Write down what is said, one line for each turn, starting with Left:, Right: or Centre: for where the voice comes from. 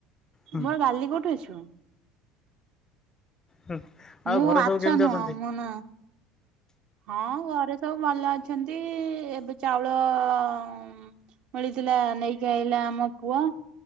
Left: ହୁଁ
Right: ମୋର ଗାଲି କୋଉଠୁ ଆସିବ?
Left: ହୁଁ ଆଉ
Right: ମୁଁ
Left: ଘରେ
Right: ମାଛ
Left: ସବୁ କେମିତି
Right: ନୁହଁ
Left: ଅଛନ୍ତି?
Right: ମୁଁ ନୁ ହଁ ଘରେ ସବୁ ଭଲ ଅଛନ୍ତି ଏବେ ଚାଉଳ ଉଁ ମିଳିଥିଲା ନେଇକି ଆଇଲା ଆମ ପୁଅ।